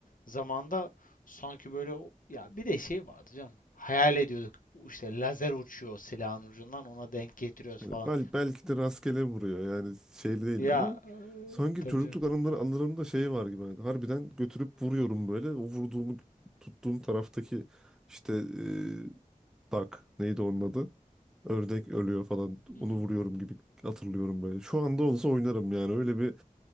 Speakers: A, on the left; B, in the centre.
A: zamanda sanki böyle o- ya bir de şey vardı canım. Hayal ediyorduk işte lazer uçuyor silahın ucundan ona denk getiriyoruz
B: Yani
A: falan.
B: bel, belki de rastgele vuruyor yani şeyli değil
A: Ya
B: ama
A: e,
B: sanki
A: tabii
B: çocukluk
A: canım.
B: anıları anılarımda şey var gibi. Yani harbiden götürüp vuruyorum böyle. O vurduğumu tuttuğum taraftaki işte e, tak neydi onun adı? Ördek ölüyor falan.
A: Hı hı.
B: Onu vuruyorum gibi hatırlıyorum böyle. Şu anda olsa oynarım yani öyle bir